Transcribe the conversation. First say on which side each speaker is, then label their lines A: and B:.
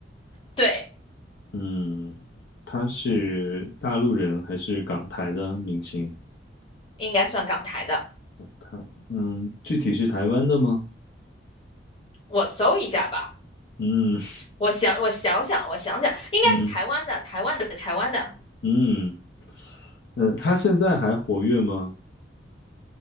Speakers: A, on the left; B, on the left.
A: 对，
B: 嗯，她是大陆人还是港台的明星？
A: 应该算港台的，
B: 台，嗯，具体是台湾的吗？
A: 我搜一下吧。
B: 嗯
A: 我想，我想想，我想想，
B: <laughs>。
A: 应该是台湾的，
B: 嗯
A: 台湾的，台湾的。
B: 嗯嗯，他现在还活跃吗？